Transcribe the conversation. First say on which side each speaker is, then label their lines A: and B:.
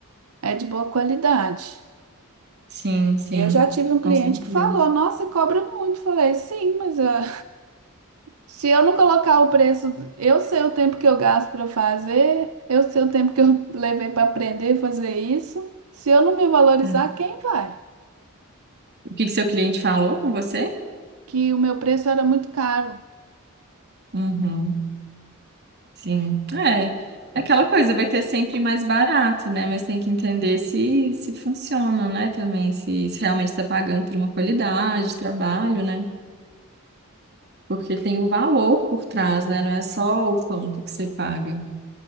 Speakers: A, on the right (about 80°); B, on the right (about 50°).
A: é de boa qualidade.
B: sim, sim.
A: Eu já tive um cliente
B: Com certeza.
A: que falou, nossa, cobra muito. Falei, sim, mas ah, se eu não colocar o preço, eu sei o tempo que eu gasto para fazer, eu sei o tempo que eu <laughs> levei para aprender a fazer isso. Se eu não me valorizar,
B: É.
A: quem vai?
B: O que que seu cliente falou com você?
A: Que o meu preço era muito caro.
B: Uhum. Sim, é. É Aquela coisa, vai ter sempre mais barato, né? Mas tem que entender se, se funciona, né? Também, se, se realmente está pagando por uma qualidade de trabalho, né? Porque tem o valor por trás, né? Não é só o quanto que você paga.